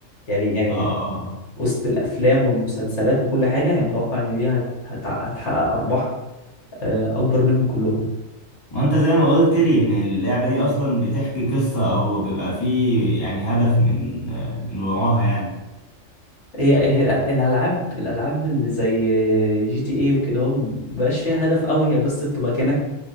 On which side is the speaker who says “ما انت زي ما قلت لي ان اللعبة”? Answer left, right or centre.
Left